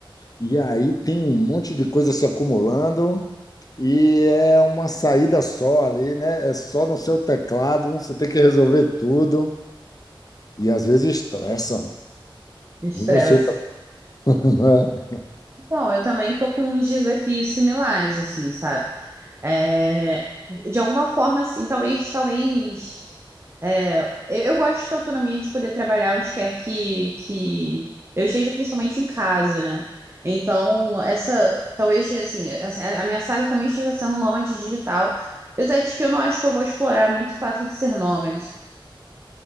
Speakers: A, on the left; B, on the right.
A: e aí tem um monte de coisa se acumulando, e é uma saída só ali, né? É só no seu teclado, você tem que resolver tudo, e às vezes estressa.
B: Estresse.
A: E você tá. <laughs>
B: Bom, eu também tô com uns desafios similares, assim, sabe? É, de alguma forma, assim, talvez, talvez, é, eu, eu gosto da autonomia de poder trabalhar onde quer que, que eu esteja, principalmente em casa, né? Então, essa, talvez, assim, essa- a minha saga também esteja sendo nômade digital, apesar de que eu não acho que eu vou explorar muito o fato de ser nômade.